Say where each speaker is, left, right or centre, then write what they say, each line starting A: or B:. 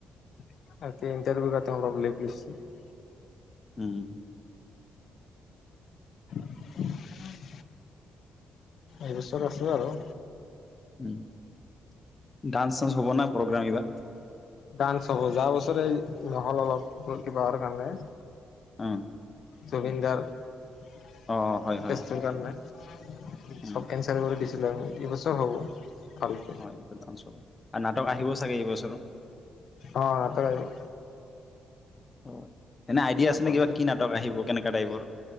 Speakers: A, on the left; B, on the left.
A: <inaudible>
B: উম।
A: <inaudible> এইবছৰ আছো আৰু।
B: উম, ডান্স চান্স হ'ব না প্ৰগ্ৰাম এইবাৰ?
A: ডান্স হ'ব যোৱা বছৰে নহ'ল অলপ কিবাহৰ কাৰণে।
B: অ
A: জুবিন দাৰ কেচটোৰ
B: অ হয় হয়
A: কাৰণে চব
B: উম
A: কে কেঞ্চেল কৰি দিছিলো আমি এইবছৰ হ'ব ভাল।
B: <unintelligible> আৰু নাটক আহিব চাগে এইবছৰো।
A: অ' নাটক আহিব।
B: অ', এনে আইডিয়া
A: নাটক
B: আছে নে কিবা কি নাটক আহিব কেনেকুৱা টাইপৰ?